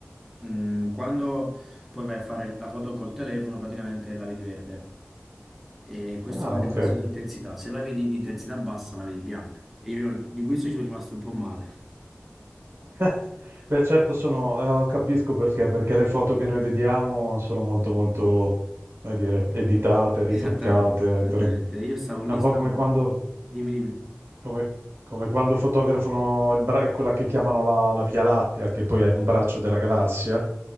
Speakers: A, in the centre; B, on the right.
A: Mm, quando poi vai a fare la foto col telefono, praticamente la vedi verde. E questo
B: Ah,
A: va
B: ok.
A: in base all'intensità. Se la vedi di intensità bassa, la vedi bianca. E io di questo ci sono rimasto un po' male.
B: <laughs> Beh, certo sono, eh, capisco perché, perché le foto che noi vediamo sono molto, molto, come dire, editate, ritoccate.
A: Esattamente, esattamente.
B: per-
A: Io stavo lì,
B: È un po'
A: stavo...
B: come quando
A: Dimmi, dimmi.
B: Come, come quando fotografano il bra- quella che chiamano la, la Via Lattea, che poi è un braccio della galassia,